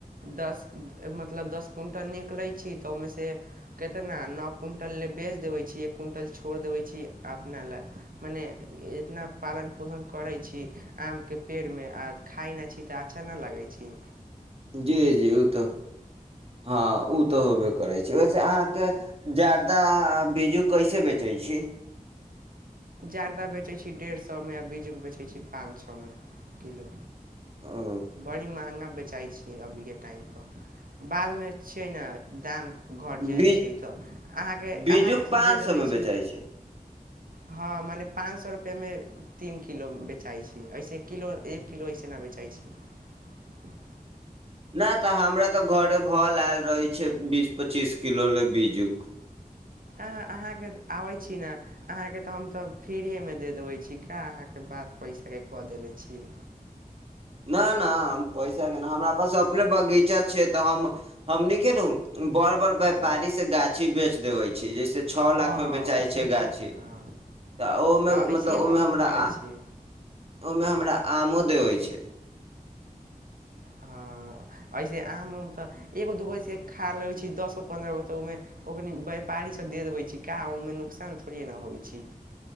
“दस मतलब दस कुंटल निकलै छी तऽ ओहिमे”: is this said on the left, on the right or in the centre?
Right